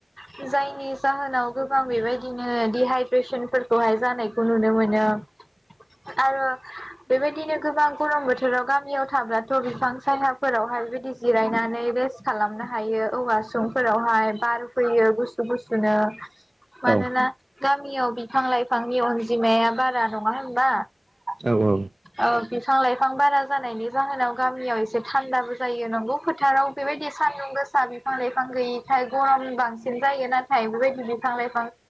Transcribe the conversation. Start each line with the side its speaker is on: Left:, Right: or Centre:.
Centre: जो जायनि जाहोनाव गोबां बेबायदिनो दिहायद्रेसोनफोरखौहाय जानायखौ नुनो मोनो। बिनो आरो बेबायदिनो गोबां गरम बोथोराव गामियाव थाब्लाथ' बिफां सायहाफोरावहाय बिदि जिरायनानै रेस् खालामनो हायो औवा समफोरावहाय बार फैयो गुसु। गुसुनो मानोना
Right: औ
Centre: गामियाव बिफां-लाइफांनि अनजिमाया बारा नङा होनबा
Right: औ उम
Centre: ओ बिफां-लाइफां बारा जानायनि जाहोनाव गामियाव एसे थान्दाबो जायो नंगौ फोथाराव। बेबायदि सान्दुं गोसा बिफां-लाइफां गैयिथाय गरम बांसिन जा- जायो नाथाय बेबायदि बिफां-लाइफां